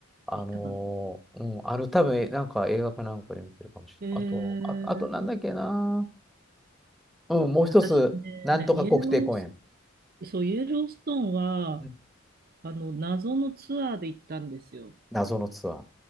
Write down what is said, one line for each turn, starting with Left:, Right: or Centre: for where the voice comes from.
Centre: あのーうん、
Right: 行ったかな。
Centre: あの、多分、なんか映画かなんかで見てるかもしれない。
Right: ええ、
Centre: あと、あ、あとなんだっけな、うん、もう一つ、
Right: 私
Centre: なんとか国定公園。
Right: ね、イエロース、そう、イエローストーンは、
Centre: うん
Right: あの、謎のツアーで行ったんですよ。
Centre: 謎のツアー。